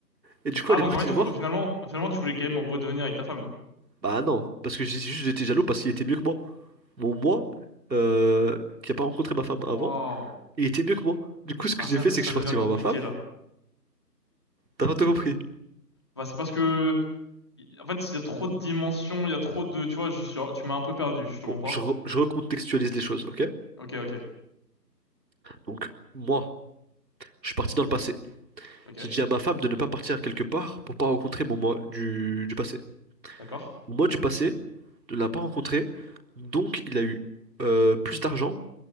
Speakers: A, on the right (about 80°); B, on the left (about 15°).
A: Et du coup,
B: Ah,
A: elle
B: donc
A: est partie
B: en fait,
A: le
B: faut-
A: voir.
B: finalement, finalement, tu voulais quand même redevenir avec ta femme, quoi.
A: Bah non, parce que j'ai juste j'étais jaloux parce qu'il était mieux que moi. Mon moi, euh, qui a pas rencontré ma femme avant,
B: Waouh.
A: il était mieux que moi. Du coup, ce que
B: Ah,
A: j'ai
B: ça,
A: fait, c'est
B: ça
A: que je suis
B: devient
A: parti voir
B: compliqué,
A: ma femme.
B: là.
A: T'as pas tout compris.
B: Bah, c'est parce que En fait, il y a trop de dimensions, il y a trop de... Tu vois, je suis... tu m'as un peu perdu, je te
A: Bon,
B: mens pas.
A: je, re- je recontextualise les choses, ok?
B: Ok, ok,
A: Donc, moi, je suis parti dans le passé.
B: ok,
A: J'ai dit à ma femme de ne pas partir quelque part pour pas rencontrer mon moi du du passé.
B: d'accord.
A: Moi, du passé, ne l'a pas rencontré, donc il a eu euh, plus d'argent,